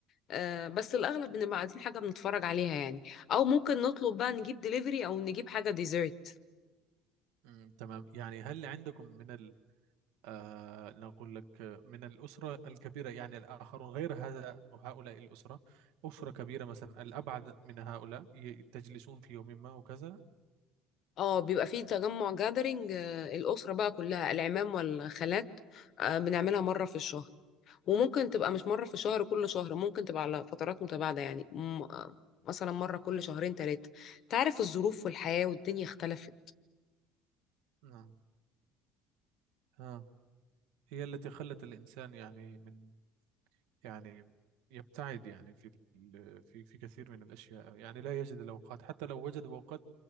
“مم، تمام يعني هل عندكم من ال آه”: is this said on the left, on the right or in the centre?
Right